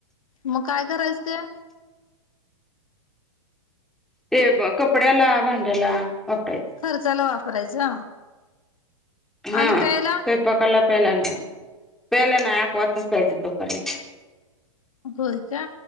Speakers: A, on the left; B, in the centre.
A: मग काय करायचं ते
B: ते कपड्याला भांड्याला वापरायचं
A: खर्चाला वापरायचं
B: हा
A: आणि प्यायला
B: स्वल्प कला पहिला नाही पहिला नाही आकवचच प्यायज तोपर्यंत
A: होय का